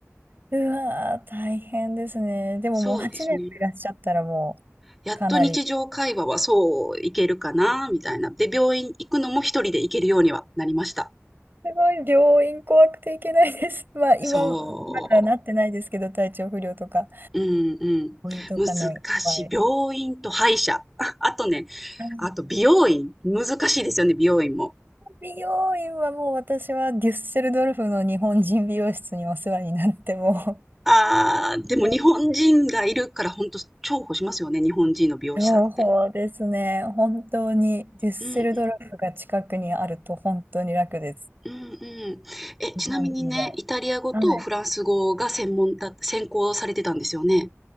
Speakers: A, on the right; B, in the centre.
A: うわあ、大変ですね。でももう8年もいらっしゃったらも
B: そうですね。やっと日常会話はそういけるかな、
A: うかなり。
B: みたいな。で、病院行くのも一人で行けるようにはなりました。
A: すごい、病院怖くていけないです。<laughs> まあ今、
B: そ
A: まだなってないですけど、体調不良とか。
B: う。うんうん。
A: ポイントがね、
B: 難
A: いっぱい。
B: しい。病院と歯医者。<laughs> ああとね、
A: あ
B: あと美容院。難しいですよね、美容院も。
A: 美容院はもう私はデュッセルドルフの日本人美容室にお世話になっても
B: ああ、でも日本人がいるからほんと重宝しますよね、
A: うん
B: 日本人の美容師さんって。
A: 情 <laughs> 報ですね。本当にデュッセルドルフが近くにあると本当に楽です。
B: うんうん、うんうん。え、
A: 日本人以外。
B: ちなみにね、イタリア語とフランス語が専門だ専攻されてたんですよね？
A: はい。